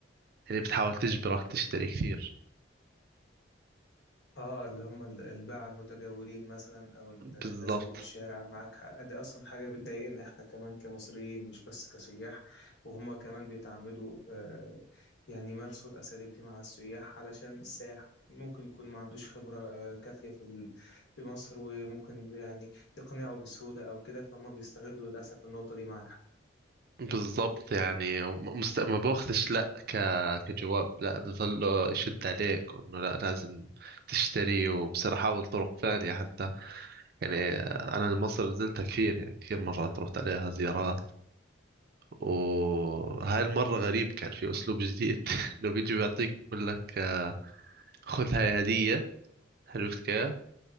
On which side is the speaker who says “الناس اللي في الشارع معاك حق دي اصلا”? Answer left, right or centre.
Left